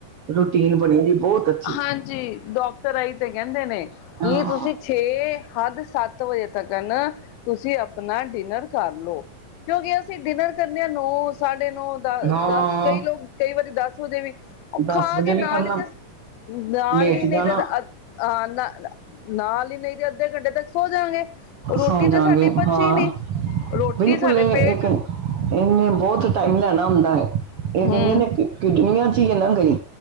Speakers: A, on the right; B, on the left.
A: ਰੂਟੀਨ ਬਣੀ ਦੀ। ਬਹੁਤ ਅੱਛੀ
B: ਹਾਂਜੀ ਡਾਕਟਰ ਆਈ ਤੇ ਕਹਿੰਦੇ ਨੇ ਕੀ
A: ਹਾਂ
B: ਤੁਸੀਂ ਛੇ ਹੱਦ ਸੱਤ ਵਜੇ ਤੱਕ ਤੁਸੀਂ ਆਪਣਾ ਡਿਨਰ ਕਰ ਲਓ ਕਿਉਂਕਿ ਅਸੀਂ ਡਿਨਰ ਕਰਨੇ ਆਂ ਨੌ ਸਾਡੇ ਨੌ ਦੱਸ
A: ਹਾਂ
B: ਕਈ ਲੋਕ ਕਈ ਵਾਰੀ ਦੱਸ ਵਜੇ ਵੀ ਉਹ
A: ਦਸ
B: ਖਾ
A: ਵਜੇ
B: ਕੇ ਨਾਲ
A: ਵੀ ਕਰਨਾ
B: ਹੀ ਤੇ ਨਾਲ
A: ਲੇਟ
B: ਨੀ
A: ਜਾਣਾ
B: ਤਾਂ ਅਹ ਨਾ ਨਾਲ ਨ ਅੱਧੇ ਘੰਟੇ ਤੱਕ ਸੋ ਜਾਂਗੇ ਰੋਟੀ
A: ਸੌ ਜਾਗੇ
B: ਤਾਂ ਸਾਡੀ ਪਚੀ
A: ਹਾਂ
B: ਨੀ ਰੋਟੀ
A: ਬਿਲਕੁਲ
B: ਸਾਡੇ
A: ਇਹ
B: ਪੇਟ
A: ਇੱਕ ਇਹਨੇ ਬਹੁਤ ਟਾਈਮ ਲੈਣਾ ਹੁੰਦਾ ਹੈ। ਇਹ
B: ਹਮ
A: ਕਹਿੰਦੇ ਨੇ ਕਿਡਨੀਆਂ ਚ ਹੀ ਇਹ ਨਾ ਗਏ।